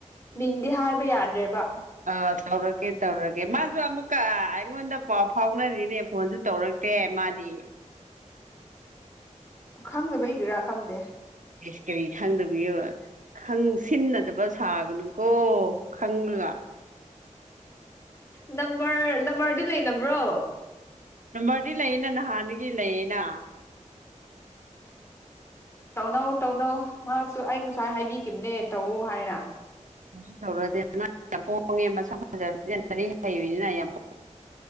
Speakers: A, on the left; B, on the right.
A: ꯃꯤꯡꯗꯤ ꯍꯥꯏꯕ ꯌꯥꯗ꯭ꯔꯦꯕ꯫
B: ꯑꯥ ꯇꯧꯔꯀꯦ ꯇꯧꯔꯒꯦ ꯃꯥꯁꯨ ꯑꯃꯨꯛꯀ ꯑꯩꯉꯣꯟꯗ ꯄꯥꯎ ꯐꯥꯎꯅꯔꯤꯅꯦ ꯐꯣꯟꯁꯨ ꯇꯧꯔꯛ ꯑꯦ ꯃꯥꯗꯤ꯫
A: ꯈꯪꯗꯕꯩꯒꯤꯔꯥ ꯈꯪꯗꯦ꯫
B: ꯑꯦꯁ ꯀꯔꯤ ꯈꯪꯗꯕꯤꯒꯔ ꯈꯪꯁꯤꯟꯅꯗꯕ ꯁꯥꯒꯅꯨꯀꯣ꯫ ꯈꯪꯂꯒ
A: ꯅꯝꯕꯔ ꯅꯝꯕꯔꯗꯤ ꯂꯩꯅꯕ꯭ꯔꯣ꯫
B: ꯅꯝꯕꯔꯗꯤ ꯂꯩꯌꯦꯅ ꯅꯍꯥꯟꯗꯒꯤ ꯂꯩꯌꯦꯅ꯫
A: ꯇꯧꯅꯧ ꯇꯧꯅꯧ ꯉꯍꯥꯛꯁꯨ ꯑꯩ ꯉꯁꯥꯏ ꯍꯥꯏꯕꯤꯈꯤꯕꯅꯦ ꯇꯧ ꯍꯥꯏꯔ꯫
B: ꯀꯩꯇꯧꯔꯗꯤ ꯌꯥꯝ ꯄꯣꯡꯉꯦ ꯃꯁꯛ ꯐꯖꯔꯤꯛ ꯍꯩꯕꯅꯤꯅ ꯌꯥꯝ ꯄꯦ